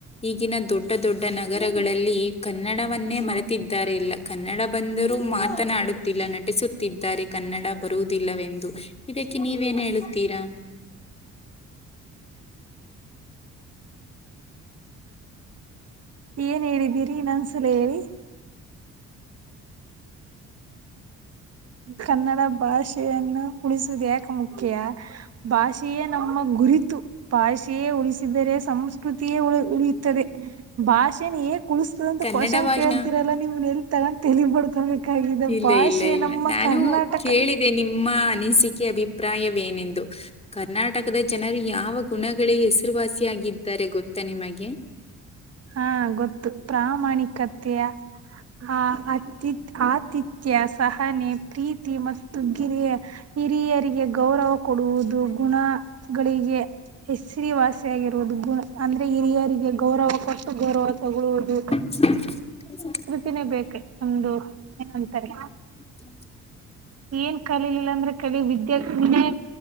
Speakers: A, on the left; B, on the right.
A: ಈಗಿನ ದೊಡ್ಡ ದೊಡ್ಡ ನಗರಗಳಲ್ಲಿ. ಕನ್ನಡವನ್ನೇ ಮರೆತಿದ್ದಾರೆ ಇಲ್ಲ ಕನ್ನಡ ಬಂದರೂ ಮಾತ. ಮಾತಡುತ್ತಿಲ್ಲ ನಟಿಸುತ್ತಿದ್ದಾರೆ ಕನ್ನಡ ಬರುವುದಿಲ್ಲವೆಂದು. ಇದಕ್ಕೆ ನೀವೇನ್ ಹೇಳುತ್ತೀರಾ.
B: ಏನ್ ಹೇಳಿದ್ದೀರಿ ಇನ್ನೊಂದ್ ಸಲ ಹೇಳಿ. ಕನ್ನಡ ಭಾಷೆಯನ್ನು ಉಳಿಸುವುದು ಯಾಕ ಮುಖ್ಯ. ಭಾಷೆಯೇ ನಮ್ಮ ಗುರಿತು. ಭಾಷೆಯೇ ಉಳಿಸಿದರೆ ಸಂಸ್ಕೃತಿಯೇ ಉ ಉಳಿಯುತ್ತದೆ ಭಾಷೆನೇಳಿಸ. ಇದು ಒಂದು
A: ಕನ್ನಡ
B: ಕ್ವಶನ್
A: ಭಾಷಾ
B: ಕೇಳಳ್ತೀರಲ್ಲ ನಿವು್ ನೆಲ್ ತಗೊಂಡ್ ತಳ ಬಡ್ಕೊಬೇಕಾಗಿದೆ
A: ಇಲ್ಲ
B: ಭಾಷೆ
A: ಇಲ್ಲ ಇಲ್ಲ
B: ನಮ್ಮ.
A: ನಾನು
B: ಕರ್ನಾಟಕ
A: ಕೇಳಿದೆ ನಿಮ್ಮ ಅನನಿಸಿಕೆ. ಕೆ ಅಭಿಪ್ರಾಯವೇನೆಂದು ಕರ್ನಾಟಕದ ಜನರು ಯಾವ ಗುಣಗಳಿಗೆಸ. ಹೆಸರುವಾಸಿಯಾಗಿದ್ದಾರೆ ಗೊತ್ತಾ ನಿಮಗೆ.
B: ಹಾ ಗೊತ್ತು ಪ್ರಾಮಾಣಿಕತೆಯ. ಹ ಅತಿಥ ಆತಿಥ್ಯ ಸಹನೆ ಪ್ರೀತಿ. ತಿ ಮತ್ತು ಗಿರಿಯ ಹಿರಿಯರಿಗೆ ಗೌರವ ಕೊಡುವುದು ಗುಣಗಳಿಗೆ. ಸಿರಿವಾಸಿಯಗಿರುವುದು ಗು ಅಂದ್ರೆ ಹಿರಿಯರಿಗೆ ಗೌರವ ಕೊಟ್ಟು ಗೌರವ ತಗೊಳ್ಳುವುದು.
A: <inaudible>
B: ಿನೇ ಬೇಕ ಒಂದು ಏನಂತಾರೆ.
A: <inaudible>
B: ಏನ್ ಕಲಿಲಿಲ್ಲ ಅಂದ್ರೆ ಕಳ ವಿದ್ಯ ವಿನಯ